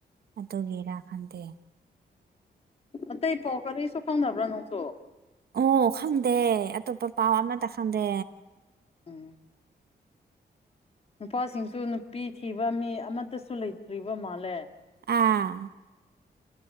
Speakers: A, on the right; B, on the left.
A: ꯑꯠꯇꯣꯒꯦꯔꯥ ꯈꯟꯗꯦ
B: ꯑꯇꯩ ꯐꯥꯎ ꯀꯔꯤꯁꯨ ꯈꯪꯅꯕ꯭ꯔꯥ ꯅꯪꯁꯨ
A: ꯑꯣ ꯈꯪꯗꯦ ꯑꯇꯣꯞꯄ ꯄꯥꯎ ꯑꯃꯇ ꯈꯪꯗꯦ
B: ꯎꯝ ꯅꯨꯄꯥꯁꯤꯡꯁꯨ ꯅꯨꯄꯤ ꯊꯤꯕ ꯃꯤ ꯑꯃꯠꯇꯁꯨ ꯂꯩꯇ꯭ꯔꯤꯕ ꯃꯥꯜꯂꯦ
A: ꯑꯥ